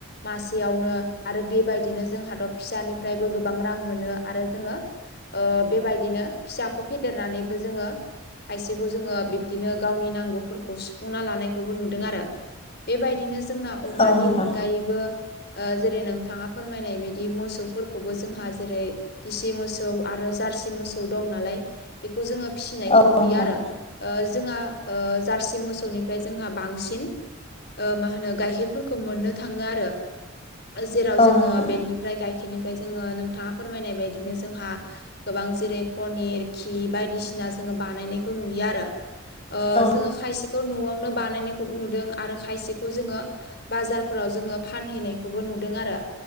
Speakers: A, on the left; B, on the left.
A: मासेयावनो आरो बेबायदिनो जोंहाथ' फिसानिफ्रायबो गोबां रां मोनो आरो जोङो ओ बेबायदिनो फिसाखौ फेदेरनानैबो जोङो खायसेखौ जोङो बिब्दिनो गावनि नांगौफोरखौ सुफुंना लानाय खौबो नुदों आरो बेबायदिनो जोंना अमानि
B: औ नोंथां
A: अनगायैबो जेरै नोंथाङा फोरमायनाय बायदि मोसौफोरखौबो जोंहा जेरै दिसि मोसौ आरो जार्सि मोसौ दं नालाय बेखौ जोङो फिसिनायखौ
B: औ
A: नुयो
B: नोंथां
A: आरो ओ जोंहा ओ जारसि मोसौनिफ्राय जोंहा बांसिन बांसिन मा होनो गाइखेरफोरखौ मोननो थाङो आरो जेराव
B: औ
A: जोङो
B: नोंथां
A: बेनिफ्राय गाय खेरनिफ्राय जोङो नोंथाङा फोरमायनाय बायदिनो जोंहा गोबां जेरै पनिर घि बायदिसि सिना जोङो बानायनायखौ नुयो आरो ओ
B: औ
A: जोङो खायसेखौ न'आवनो बानायनायखौ नुदों आरो खायसेखौ जोङो बाजारफोराव जोङो फानहैनायखौबो नुदों आरो